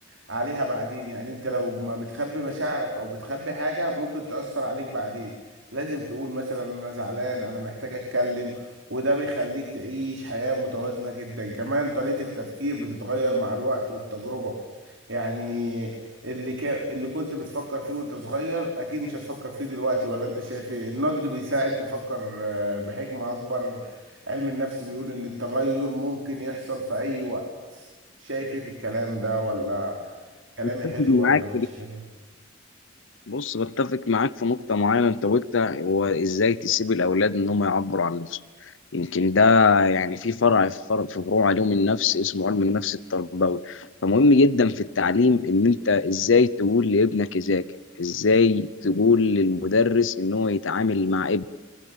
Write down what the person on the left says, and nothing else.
متفق
معاك
بص بتفق معاك في نقطة معينة أنت قلتها هو إزاي تسيب الأولاد إن هم يعبروا عن نفسهم يمكن ده يعني في فرع في فرع في فروع علوم النفس اسمه علم النفس التربوي فمهم جدا في التعليم إن أنت إزاي تقول لابنك يذاكر إزاي تقول للمدرس إن هو يتعامل مع ابنه